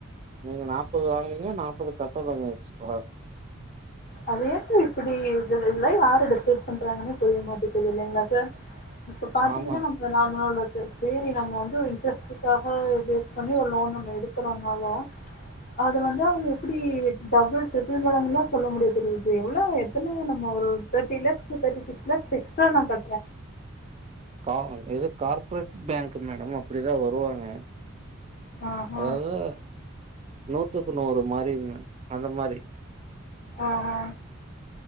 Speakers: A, on the right; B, on the left.
A: நீங்க நாப்பது வாங்கனீங்கன்னா நாப்பது கட்டணுங்க எக்ஸ்ட்ரா
B: அத ஏ சார் இப்படி இது இதுலா யாரு டிசைட் பண்றாங்கன்னே புரிய மாட்டேக்குது இல்லைங்களா சார் இப்ப பாத்தீங்கன்னா
A: ஆமாங்க
B: நம் <unintelligible> சேரி நம்ம வந்து ஒரு இன்ட்ரெஸ்டுக்காக ஃபிக்ஸ் பண்ணி ஒரு லோன் நம்ம எடுக்குறோன்னாலு அத வந்து அவுங்க எப்படி டபுள் ட்ரிபிள் மடங்கா சொல்ல முடியு இது எவ்ளோ எத்தன நம்ம ஒரு தேட்டி லேக்ஸ் தேட்டி சிக்ஸ் லக்ஸ் எக்ஸ்ட்டா நா கட்ற
A: கார இது கார்ப்ரேட் பேங்க்கு மேடம் அப்டிதா வருவாங்க
B: ஆஹா
A: அதாவது நூத்துக்கு நூறு மாரிங்க அந்த மாரி
B: ஆஹா